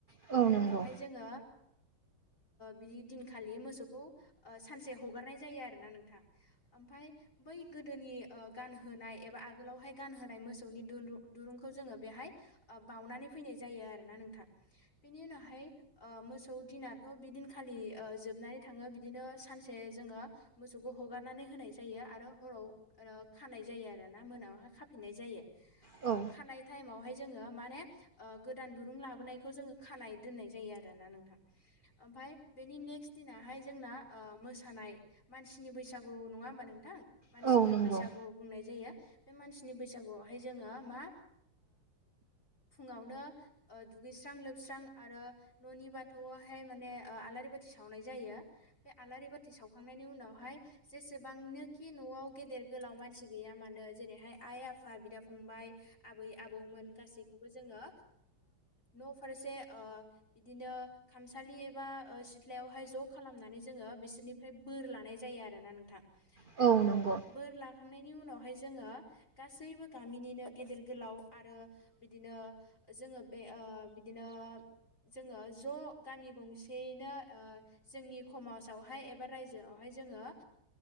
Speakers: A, on the left (about 35°); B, on the right (about 40°).
A: बेनि
B: औ नंगौ
A: उनावहाय जोङो बिदि दिनखालि मोसौखौ सानसे हगारनाय जायो आरोना नोंथां ओमफाय बै गोदोनि गानहोनाय एबा आगोलावहाय गानहोनाय मोसौनि दुं दुरुंखौ जोङो बेहाय बाउनानै फैनाय जायो आरोना नोंथां बेनि उनावहाय मोसौ दिनाथ' बिदिनखालि जोबनानै थाङो बिदिनो सानसे जोङो मोसौखौ हगारनानै होनाय जायो आरो हराव खानाय जायो आरोना मोनायावहाय खाफिननाय जायो
B: औ
A: खानाय टाइमावहाय जोङो माने गोदान दुरुं लाबोनायखौ जोङो खानाय दोननाय जायो आरोना नोंथां ओमफ्राय बेनि नेक्स्ट दिनहाय जोंना मोसानाय मानसिनि बैसागु नङा होमबा नोंथां मानसिनि
B: औ नंगौ
A: बैसागु बुंनाय जायो बे मानसिनि बैसागुआवहाय जोङो मा फुङावनो दुगैस्रां लोबस्रां आरो न'नि बाथौआवहाय माने आलारि बाथि सावनाय जायो बे आलारि बाथि सावखांनायनि उनावहाय जेसेबांनो खि न'आव गेदेर गोलाव मानसि गैया मानो जेरैहाय आइ आफा बिदा फंबाय आबै आबौमोन गासैखौबो जोङो न' फारसे बिदिनो खामसालि एबा सिथ्लायावहाय ज' खालामनानै जोङो बिसोरनिफ्राय बोर लानाय जायो आरोना नोंथां
B: औ
A: ओ
B: नंगौ
A: बोर लाख थांनायनि उनावहाय जोङो गासैबो गामिनिनो गेदेर गोलाव आरो बिदिनो जोङो बे बिदिनो जोङो ज' गामि गंसेयैनो जोंनि समाजावहाय एबा रायजोआवहाय जोङो